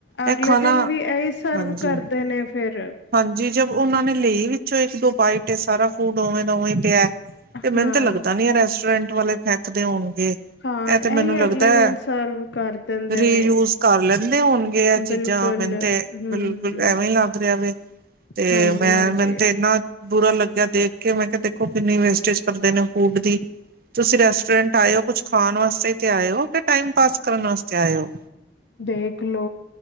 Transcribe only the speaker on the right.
ਇਹ ਖਾਣਾ
ਹਾਂਜੀ
ਹਾਂਜੀ ਜਬ ਉਹਨਾਂ ਨੇ ਲਈ ਵਿੱਚੋਂ ਇੱਕ ਦੋ ਬਾਈਟ ਸਾਰਾ ਫੂਡ ਉਵੇਂ ਦਾ ਉਵੇਂ ਪਿਆ। ਤੇ
ਮੈਨੂੰ ਤਾਂ ਲੱਗਦਾ ਨੀ ਅ, ਰੈਸਟੋਰੈਂਟ ਵਾਲੇ ਫੇਂਕਦੇ ਹੋਨਗੇ।
ਇਹ ਤੇ ਮੈਨੂੰ
ਲੱਗਦਾ,
ਰੀ
ਯੂਜ਼ ਕਰ ਲੈਂਦੇ ਹੋਨਗੇ ਆ ਚੀਜ਼ਾਂ
ਮੈਨੂੰ ਤੇ
ਬਿਲਕੁੱਲ ਐਵੇਂ ਹੀ ਲੱਗ ਰਿਆ ਵੇ। ਤੇ
ਮੈਂ,
ਮੈਨੂੰ ਤੇ ਇਨਾ ਬੁਰਾ ਲੱਗਿਆ ਦੇਖਕੇ ਮੈਂ ਕਿਹਾ ਦੇਖੋ ਕਿੰਨੀ ਵੇਸਟੇਜ ਕਰਦੇ ਨੇ ਫੂਡ ਦੀ ਤੁਸੀਂ ਰੈਸਟੋਰੈਂਟ ਆਇਓ ਕੁੱਛ ਖਾਨ ਵਾਸਤੇ ਆਇੳ ਕਿ ਟਾਈਮ ਪਾਸ ਕਰਨ ਵਾਸਤੇ ਆਯੇ ਓ।